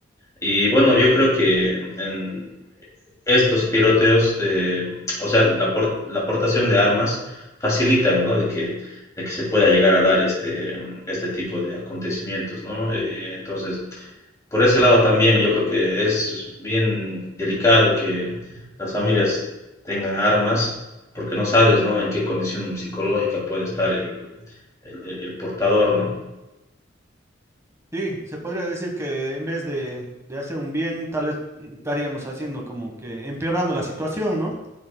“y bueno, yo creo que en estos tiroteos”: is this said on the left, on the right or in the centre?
Left